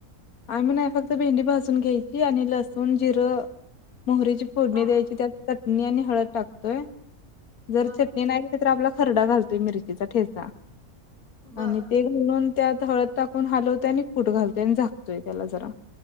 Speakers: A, on the left; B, on the right.
A: आम्ही नाही. फक्त भेंडी भाजून घ्यायची आणि लसूण, जिरं- मोहरीची फोडणी
B: हा
A: द्यायची. त्यात चटणी आणि हळद टाकतोय. जर
B: बर
A: चटणी नाही- -तली तर आपला खरडा घालतोय मिरचीचा ठेचा
B: बर
A: आणि- ते घालून त्यात हळद टाकून हलवतोय आणि कूट घालतोय आणि झाकतोय त्याला जरा.